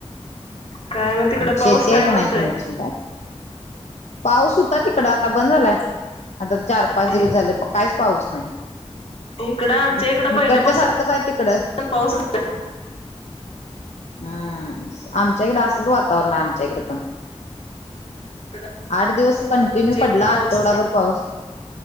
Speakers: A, on the left; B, on the left.
A: काय मग तिकड पाऊस
B: शेती
A: काय
B: आहे
A: म्हणतोय
B: नाही तुमची का पाऊस होता तिकडं आता बंद झालाय आता चार पाच दिवस
A: इ-
B: झाले काहीच पाऊस नाही
A: इकडं आमच्या इकडं
B: इकडच्या
A: पहिल्यापासून
B: सारखंच आहे तिकडं
A: पाऊसच
B: हम् आमच्याकडे असतंच वातावरण आहे आमच्याकडे पण
A: इकडं
B: आठ दिवस कंटिन्यू
A: आमच्या
B: पडला
A: इकडं पाऊसच
B: आठवडाभर
A: नाही
B: पाऊस